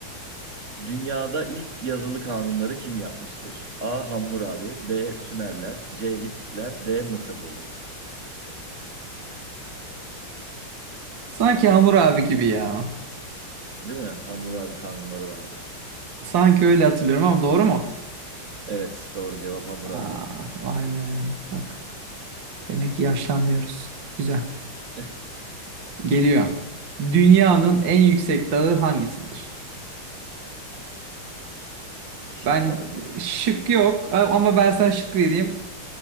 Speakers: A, on the right (about 35°); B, on the right (about 60°).
A: Dünyada ilk yazılı kanunları kim yapmıştır? A. Hammurabi B. Sümerler C. Hititler D. Mısırlılar.
B: Sanki Hamur abi gibi ya.
A: Değil mi? Hammurabi kanunları vardı.
B: Sanki öyle hatırlıyorum ama doğru mu?
A: Evet doğru cevap Hammurabi.
B: Aa, vay be. Bak. Demek ki yaşlanmıyoruz. Güzel.
A: <laughs>
B: Geliyor. Dünyanın
A: Tamam.
B: en yüksek dağı hangisidir?
A: Şık
B: Ben
A: var mı?
B: şık yok ama ben sana şık vereyim.